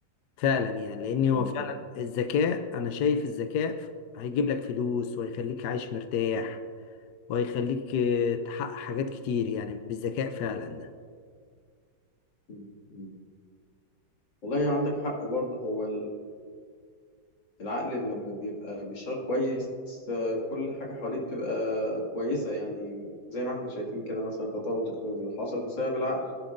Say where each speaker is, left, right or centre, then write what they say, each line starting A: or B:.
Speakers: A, on the left (about 70°); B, on the left (about 85°).
A: فعلا يعني لان هو
B: تمام
A: فعلا الذكاء انا شايف الذكاء هيجيب لك فلوس وهيخليك عايش مرتاح وهيخليك آه، تحقق حاجات كتير يعني بالذكاء فعلا
B: مم. مم. والله عندك حق برضه هو العقل لما بيبقى بيشتغل كويس آه، كل حاجة حواليه بتبقى كويسة يعني زي ما احنا شايفين كده مثلا التطور التكنولوجي اللي حصل بسبب العقل